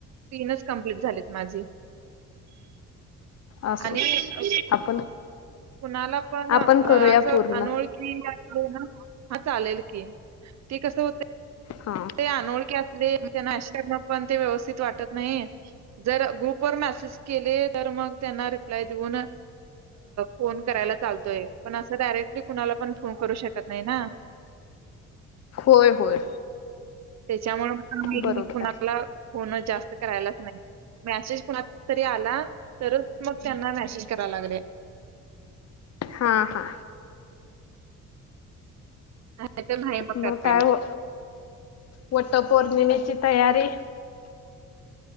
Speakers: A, on the right; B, on the left.
A: तीनच कप्लीट झालेत माझे
B: असो
A: आणि अ
B: आपण
A: कुणाला पण
B: आपण करूया
A: आस
B: पूर्ण
A: अनोळखी यात हा चालेल की, ते कस होतय?
B: हा
A: ते अनोळखी अस दे म त्यांना पण ते व्यवस्थित वाटत नाही. जर ग्रुप वर मॅसेज केले तर, मग त्यांना रिप्लाय देऊन अ फोन करायला चालतोय, पण अस डायरेक्टली कुणाला पण फोन करू शकत नाही ना.
B: होय होय.
A: तेच्यामुळ मी
B: बरोबर
A: कुणाला
B: आहे.
A: फोन जास्त करालाच नाही मसेज कुणाचा तरी आला तरच मग त्यांना मेसेज कराया लागले.
B: हा हा
A: नाहीतर नाही
B: मग
A: करायला.
B: काय हो वट पौर्णिमे ची तयारी